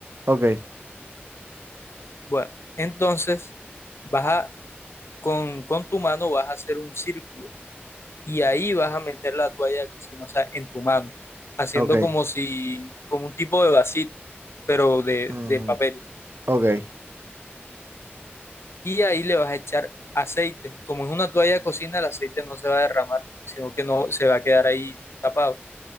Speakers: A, on the right (about 70°); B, on the left (about 85°).
A: ok,
B: Bueno, entonces vas a, con, con tu mano vas a hacer un círculo y ahí vas a meter la toalla de cocina, o sea, en tu mano, haciendo
A: ok.
B: como si, como un tipo de vasito, pero de,
A: mm,
B: de papel.
A: ok,
B: Y ahí le vas a echar aceite. Como es una toalla de cocina, el aceite no se va a derramar, sino que no se va a quedar ahí tapado.